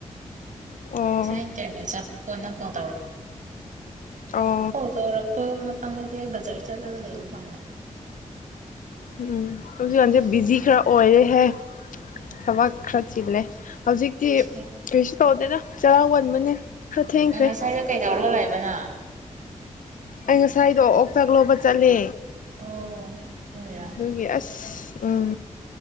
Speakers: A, on the left; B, on the right.
A: ꯑꯣ
B: ꯉꯁꯥꯏ ꯏꯟꯇꯔꯚꯤꯌꯨ ꯆꯠꯄ ꯀꯣꯅꯪ ꯀꯣꯜ
A: ꯑꯣ
B: ꯇꯧꯔꯣ__ ꯄꯗꯣ <unintelligible> ꯇꯝꯖꯦ ꯕꯖꯔ ꯆꯠꯂꯒ ꯂꯩꯕ ꯃꯥꯜꯂ
A: ꯎꯝ ꯍꯧꯖꯤꯛ ꯀꯥꯟꯖꯦ ꯕꯤꯖꯤ ꯈꯔ ꯑꯣꯏꯔꯦꯍꯦ ꯊꯕꯥꯛ ꯈ꯭ꯔ ꯆꯤꯜꯂꯦ ꯍꯧꯖꯤꯛꯇꯤ
B: ꯉꯁꯤ
A: ꯇꯧꯗꯦꯗ ꯆꯔꯥ ꯋꯥꯟꯕꯅꯦ ꯈꯔ ꯊꯦꯡꯈ꯭ꯔꯦ
B: ꯑ ꯁꯥꯏꯗ ꯀꯩꯗꯧꯔꯥ ꯂꯩ ꯕꯅꯣ
A: ꯑꯩ ꯉꯁꯥꯏꯗꯣ ꯑꯣꯛ ꯆꯥꯛ ꯂꯧꯕ ꯆꯠꯂꯦ
B: ꯑꯣ ꯑꯗꯨꯒꯤꯔꯥ
A: ꯑꯗꯨꯒꯤ ꯑꯁ ꯎꯝ